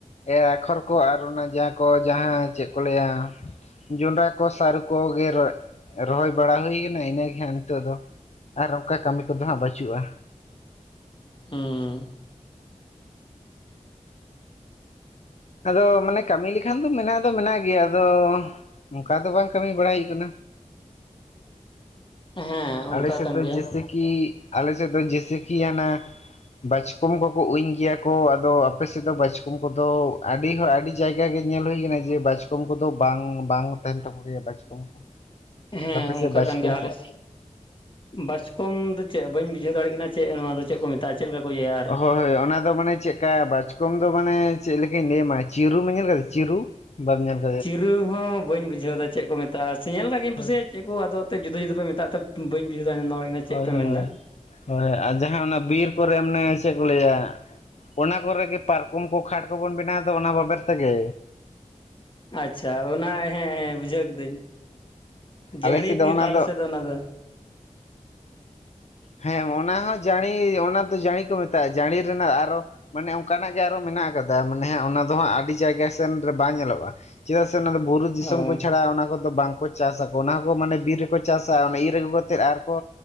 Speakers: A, on the left; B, on the left.
A: ᱮᱨ ᱟᱠᱷᱚᱨ ᱠᱚ ᱟᱨ ᱚᱱᱟ ᱡᱟᱦᱟᱸ ᱠᱚ ᱡᱟᱦᱟᱸ ᱪᱮᱫ ᱠᱚ ᱞᱟᱹᱭᱟ ᱡᱚᱱᱰᱨᱟ ᱠᱚ ᱥᱟᱨᱩ ᱠᱚᱜᱮ ᱨᱚ ᱨᱚᱦᱚᱭ ᱵᱟᱲᱟ ᱦᱩᱭ ᱠᱟᱱᱟ ᱤᱱᱟᱹᱜᱮ ᱦᱟᱜ ᱱᱤᱛᱚᱜ ᱫᱚ ᱟᱨ ᱚᱱᱠᱟ ᱠᱟᱹᱢᱤ ᱠᱚᱫᱚ ᱦᱟᱸᱜ ᱵᱟᱹᱪᱩᱜᱼᱟ᱾
B: ᱦᱩᱸᱻ
A: ᱟᱫᱚ ᱢᱟᱱᱮ ᱠᱟᱹᱢᱤ ᱞᱮᱠᱷᱟᱱ ᱫᱚ ᱢᱮᱱᱟᱜ ᱫᱚ ᱢᱮᱱᱟᱜ ᱜᱮᱭᱟ ᱟᱫᱚ ᱚᱱᱠᱟ ᱫᱚ ᱵᱟᱝ ᱠᱟᱹᱢᱤ ᱵᱟᱲᱟᱭ ᱦᱩᱭᱩᱜ ᱠᱟᱱᱟ᱾
B: ᱦᱮᱸ
A: ᱟᱞᱮ
B: ᱚᱱᱠᱟ
A: ᱥᱮᱫ
B: ᱠᱟᱱ
A: ᱫᱚ
B: ᱜᱮᱭᱟ᱾
A: ᱡᱮᱭᱥᱮ ᱠᱤ ᱟᱞᱮ ᱥᱮᱫ ᱫᱚ ᱡᱮᱥᱮ ᱠᱤ ᱦᱟᱱᱟ ᱵᱟᱪᱠᱚᱢ ᱠᱚᱠᱚ ᱩᱧ ᱜᱮᱭᱟ ᱠᱚ, ᱟᱫᱚ ᱟᱯᱮᱥᱮᱫ ᱫᱚ ᱵᱟᱪᱠᱚᱢ ᱠᱚᱫᱚ ᱟᱹᱰᱤ ᱦᱚ ᱟᱹᱰᱤ ᱡᱟᱭᱜᱟ ᱠᱮ ᱧᱮᱞ ᱦᱩᱭ ᱟᱠᱟᱱᱟ ᱡᱮ ᱵᱟᱪᱠᱚᱢ ᱠᱚᱫᱚ ᱵᱟᱝ ᱵᱟᱝ ᱛᱟᱦᱮᱱ ᱛᱟᱠᱚ ᱜᱮᱭᱟ ᱵᱟᱪᱠᱚᱢ᱾ ᱠᱚ
B: ᱦᱮᱸ
A: ᱟᱯᱮ ᱥᱮᱫ
B: ᱚᱱᱠᱟ
A: ᱵᱟᱪᱠᱚᱢ
B: ᱠᱟᱱ ᱜᱮᱭᱟ ᱟᱞᱮ
A: ᱠᱚ
B: ᱵᱟᱪᱠᱚᱢ ᱫᱚ ᱪᱮᱫ ᱵᱟᱹᱧ ᱵᱩᱡᱷᱟᱹᱣ ᱫᱟᱲᱮᱭᱟᱜ ᱠᱟᱱᱟ ᱪᱮᱫ ᱱᱚᱣᱟ ᱫᱚ ᱪᱮᱫ ᱠᱚ ᱢᱮᱛᱟᱜᱼᱟ? ᱪᱮᱫ ᱞᱮᱠᱟ ᱠᱚ ᱤᱭᱟᱹᱭᱟ? ᱟᱨ
A: ᱦᱚᱭ ᱦᱚᱭ ᱚᱱᱟ ᱢᱟᱱᱮ ᱪᱮᱫᱠᱟ ᱵᱟᱪᱠᱚᱢ ᱫᱚ ᱢᱟᱱᱮ ᱪᱮᱫ ᱞᱮᱠᱟᱹᱧ ᱞᱟᱹᱭ ᱟᱢᱟ ᱪᱤᱨᱩᱢ ᱧᱮᱞ ᱠᱟᱫᱟ ᱪᱤᱨᱩ ᱵᱟᱢ ᱧᱮᱞ ᱠᱟ
B: ᱪᱤᱨᱩ ᱦᱚᱸ ᱵᱟᱹᱧ ᱵᱩᱡᱷᱟᱹᱣᱫᱟ ᱪᱮᱫ ᱠᱚ ᱢᱮᱛᱟᱜᱼᱟ, ᱥᱮ ᱧᱮᱞ ᱠᱟᱜ ᱜᱤᱧ ᱠᱩᱥᱤᱭᱟᱜ
A: ᱦᱳᱭ
B: ᱪᱮᱫ ᱟᱫᱚ ᱮᱱᱛ ᱡᱩᱫᱟᱹ ᱡᱩᱫᱟᱹ ᱯᱮ ᱢᱮᱛᱟᱜᱼᱟ ᱛᱚ ᱵᱟᱹᱧ ᱵᱩᱡᱷᱟᱣ ᱱᱚᱣᱟ
A: ᱦᱚᱭ
B: ᱪᱮᱫ ᱯᱮ
A: ᱦᱚᱭ
B: ᱢᱮᱱᱫᱟ
A: ᱦᱚᱭ ᱟᱨ ᱡᱟᱦᱟᱸ ᱚᱱᱟ ᱵᱤᱨ ᱠᱚᱨᱮ ᱢᱟᱱᱮ ᱪᱮᱫ ᱠᱚ ᱞᱟᱹᱭᱟ? ᱚᱱᱟ ᱠᱚᱨᱮᱜ ᱜᱮ ᱯᱟᱨᱠᱚᱢ ᱠᱚ ᱠᱷᱟᱴ ᱠᱚᱵᱚᱱ ᱵᱮᱱᱟᱣ ᱫᱚ ᱚᱱᱟ ᱵᱟᱵᱮᱨ ᱛᱮᱜᱮ᱾
B: ᱟᱪᱪᱷᱟ ᱚᱱᱟ ᱦᱮᱸ ᱦᱮᱸ ᱵᱩᱡᱷᱟᱹᱣ ᱠᱤᱫᱟᱹᱧ᱾ ᱡᱟᱹᱲᱤ
A: ᱟᱞᱮ ᱥᱮᱫ
B: ᱠᱚ
A: ᱫᱚ
B: ᱢᱮᱛᱟᱜᱼᱟ
A: ᱚᱱᱟ
B: ᱟᱞᱮ ᱥᱮᱫ ᱫᱚ ᱚᱱᱟ ᱫᱚ᱾
A: ᱦᱮᱸ ᱚᱱᱟ ᱦᱚᱸ ᱡᱟᱹᱲᱤ ᱚᱱᱟ ᱫᱚ ᱡᱟᱹᱲᱤ ᱠᱚ ᱢᱮᱛᱟᱜᱼᱟ ᱡᱟᱹᱲᱤ ᱨᱮᱱᱟᱜ ᱟᱨᱚ ᱢᱟᱱᱮ ᱚᱱᱠᱟᱱᱟᱜ ᱜᱮ ᱟᱨᱚ ᱢᱮᱱᱟᱜ ᱠᱟᱫᱟ ᱢᱟᱱᱮ ᱚᱱᱟ ᱫᱚ ᱦᱟᱸᱜ ᱟᱹᱰᱤ ᱡᱟᱭᱜᱟ ᱥᱮᱱ ᱨᱮ ᱵᱟᱝ ᱧᱮᱞᱚᱜᱼᱟ᱾ ᱪᱮᱫᱟᱜ ᱥᱮ ᱚᱱᱟ ᱫᱚ ᱵᱩᱨᱩ ᱫᱤᱥᱚᱢ
B: ᱚ
A: ᱠᱚ ᱪᱷᱟᱲᱟ ᱚᱱᱟ ᱠᱚᱫᱚ ᱵᱟᱝ ᱠᱚ ᱪᱟᱥᱟᱠᱚ ᱚᱱᱟ ᱦᱚᱸᱠᱚ ᱢᱟᱱᱮ ᱵᱤᱨ ᱨᱮᱠᱚ ᱪᱟᱥᱟ, ᱚᱱᱟ ᱤᱨ ᱟᱹᱜᱩ ᱠᱟ ᱠᱟᱛᱮᱫ ᱟᱨᱠᱚ